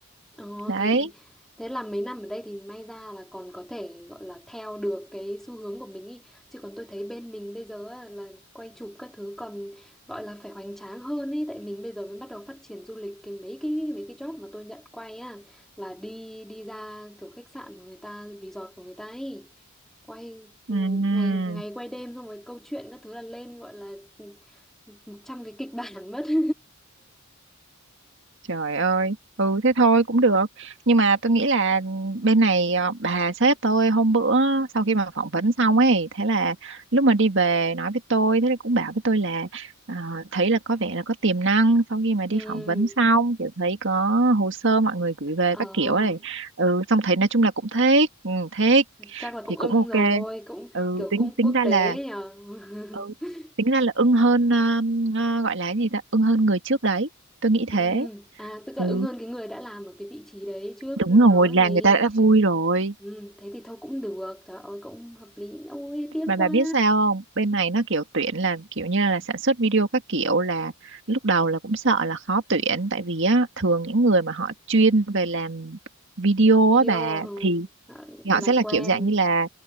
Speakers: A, in the centre; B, on the right (about 55°).
A: ờ,
B: đấy
A: thế thì thế là mấy năm ở đây thì may ra là còn có thể gọi là theo được cái xu hướng của mình ý chứ còn tôi thấy bên mình bây giờ á, là quay chụp các thứ còn gọi là phải hoành tráng hơn ý tại mình bây giờ mới bắt đầu phát triển du lịch cái mấy cái mấy cái job mà tôi nhận quay á là đi đi ra kiểu khách sạn của người ta resort của người ta ấy quay ừ,
B: Ừm,
A: ngày ngày quay đêm xong rồi câu chuyện các thứ là lên gọi là ừ, một trăm cái kịch bản mất <laughs>
B: Trời ơi, ừ thế thôi cũng được. Nhưng mà tôi nghĩ là bên này ờ, bà sếp tôi hôm bữa sau khi mà phỏng vấn xong ấy, thế là lúc mà đi về nói với tôi, thế là cũng bảo với tôi là ờ, thấy là có vẻ là có tiềm năng sau khi mà
A: Ừ,
B: đi phỏng vấn xong, kiểu thấy có hồ sơ mọi người gửi về
A: ờ,
B: các kiểu ấy. Ừ, xong thấy nói chung là cũng thích, ừ, thích
A: chắc là
B: thì
A: cũng ưng
B: cũng ok.
A: rồi, cũng
B: Ừ,
A: kiểu
B: tính
A: cũng
B: tính
A: quốc
B: ra
A: tế
B: là
A: nhờ. <laughs>
B: ừ, tính ra là ưng hơn ờ, ờ, gọi là cái gì ta, ưng hơn người trước đấy. Tôi nghĩ thế.
A: Ừ, à tức
B: Ừ,
A: là ưng hơn cái người đã làm ở cái vị trí đấy trước
B: đúng rồi,
A: đó
B: là
A: gì.
B: người ta đã vui rồi.
A: Ừ, thế thì thôi cũng được, trời ơi cũng hợp lý. Ôi tiếc
B: Mà
A: quá.
B: bà biết sao không? Bên này nó kiểu tuyển là kiểu như là sản xuất video các kiểu là lúc đầu là cũng sợ là khó tuyển tại vì á thường những người mà họ chuyên về làm video
A: Video
B: á bà
A: ừ,
B: thì
A: ờ,
B: họ
A: làm
B: sẽ là
A: quen.
B: kiểu dạng như là